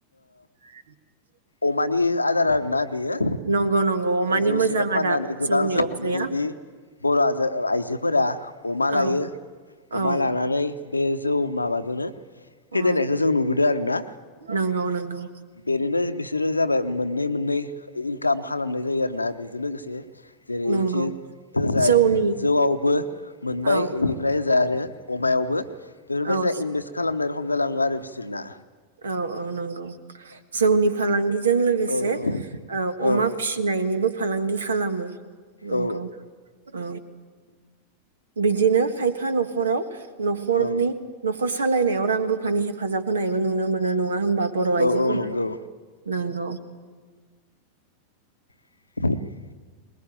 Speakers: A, on the right; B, on the left.
A: <inaudible>
B: अमानि आदार आरो ना। बेयो
A: नंगौ नंगौ अमानि
B: जौ
A: मोजां
B: सेरेब
A: आदार
B: फाननानै गोबां
A: जौनि
B: जों
A: अफ्रिया
B: नुबोदोंदि। बर' आइजोफोरा अमा
A: औ
B: लायो
A: औ
B: अमा लानानै। बे जौ माबाजोनो।
A: औ
B: फेदेरनायखौ जों नुबोदों आरोना
A: नंगौ नंगौ
B: बेनिनो। बिसोरो जाबाय मोननै मोननै। काम खालामनाय जायो आरोना बेजों लोगोसे जेरै
A: नंगौ
B: इथि ओजाय
A: जौनि
B: जौआवबो मोनबाय
A: औ
B: बेनिफ्राय ओजा आरो। अमायावबो बेफोरबायसा
A: औ
B: इनभेस्ट खालामनाय रखम जालाङो आरो बिसोरना।
A: औ औ नंगौ जौनि फालांगि। जों लोगोसे
B: औ औ औ
A: अमा फिसिनायनिबो। फालांगि खालामो नंगौ
B: औ
A: औ बिदिनो। खायफा न'खराव नखरनि
B: औ
A: न'खर सालायनायाव रां रुफानि हेफाजाब होनायबो नुनो। मोनो नङा होमबा बर आइजोफोरखौ।
B: औ औ नंगौ
A: नोंगौ।
B: <unintelligible>